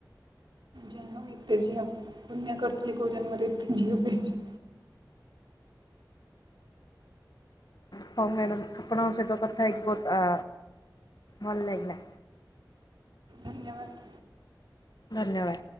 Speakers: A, on the right (about 80°); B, on the left (about 60°).
A: ଯାହା ହଉ ଏତେ ଝିଅ ପୁଣ୍ୟ କରିଥିଲି କୋଉ ଜନ୍ମରେ ଝିଅ ପାଇଛି।
B: ହଉ ମ୍ୟାଡ଼ାମ ଆପଣଙ୍କ ସହିତ କଥା ହେଇ ବହୁତ ଆ ଭଲ ଲାଗିଲା।
A: ଧନ୍ୟବାଦ
B: ଧନ୍ୟବାଦ।